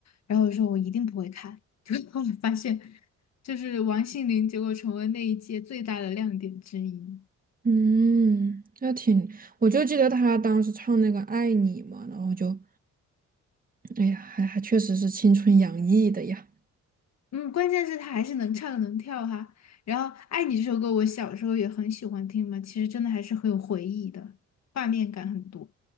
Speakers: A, on the left; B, on the right.
A: 然后我说我一定不会看，<laughs> 结果我发现，就是王心凌，结果成为那一届最大的亮点之一。
B: 嗯，那挺，我就记得她当时唱那个《爱你》嘛，然后就哎呀，还还确实是青春洋溢的呀。
A: 嗯，关键是他还是能唱能跳哈。然后《爱你》这首歌，我小时候也很喜欢听嘛，其实真的还是很有回忆的，画面感很多。